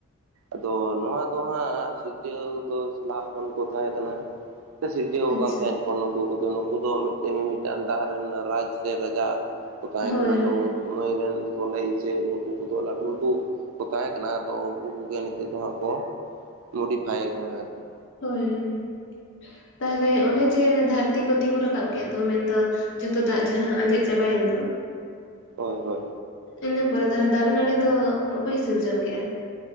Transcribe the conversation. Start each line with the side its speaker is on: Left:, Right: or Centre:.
Right: ᱟᱫᱚ ᱱᱚᱣᱟ ᱫᱚ ᱦᱟᱸᱜ ᱥᱤᱨᱡᱟᱹᱣ ᱫᱚ ᱞᱟᱦᱟ ᱠᱷᱚᱱ ᱠᱚ ᱛᱟᱦᱮᱸ ᱠᱟᱱᱟ᱾ ᱠᱚ ᱥᱤᱨᱡᱮᱣ
Left: ᱟᱪᱪᱷᱟ
Right: ᱠᱟᱱ ᱛᱟᱦᱮᱸᱫ᱾ ᱫᱚ ᱱᱩᱠᱩ ᱠᱚᱫᱚ, ᱱᱩᱠᱩ ᱫᱚᱴ ᱢᱤᱢᱴᱟᱝ ᱫᱟᱜ ᱨᱮᱱ ᱨᱟᱡᱽ ᱥᱮ ᱨᱟᱡᱟ ᱠᱚ ᱛᱟᱦᱮᱸ
Left: ᱦᱳᱭ
Right: ᱠᱟᱱᱟ᱾ ᱟᱫᱚ
Left: ᱦᱳᱭ
Right: ᱱᱟᱹᱭ ᱨᱮᱱ ᱥᱚᱠᱮ ᱤᱪᱟᱹᱜ ᱱᱩᱠᱩ ᱠᱚᱫᱚ ᱞᱟᱹᱴᱩ ᱞᱟᱹᱴᱩ ᱠᱚ ᱛᱟᱦᱮᱸ ᱠᱟᱱᱟ᱾ ᱟᱫᱚ ᱩᱝᱠᱩ ᱜᱮ ᱱᱤᱛᱚᱜ ᱫᱚ ᱦᱟᱸᱜ ᱠᱚ ᱢᱚᱰᱤᱯᱷᱟᱭ ᱠᱟᱱᱟ ᱟᱨᱠᱤ᱾
Left: ᱦᱳᱭ ᱦᱳᱭ, ᱛᱟᱦᱞᱮ ᱚᱱᱮ ᱡᱮ ᱫᱷᱟᱹᱨᱛᱤ ᱠᱚ ᱛᱤᱸᱜᱩ ᱨᱟᱠᱟᱵ ᱠᱮᱫ ᱫᱚ ᱢᱮᱱᱫᱚ ᱡᱚᱛᱚ ᱫᱟᱜ ᱡᱟᱦᱟᱸ ᱟᱸᱡᱮᱫ ᱪᱟᱵᱟᱭᱮᱱ ᱫᱚ᱾
Right: ᱦᱳᱭ ᱦᱳᱭ᱾
Left: ᱤᱱᱟᱹ ᱯᱚᱨᱮ ᱫᱚ ᱫᱟᱨᱮ ᱱᱟᱹᱲᱤ ᱫᱚ ᱚᱠᱚᱭ ᱥᱤᱨᱡᱚᱱ ᱠᱮᱜᱼᱟ?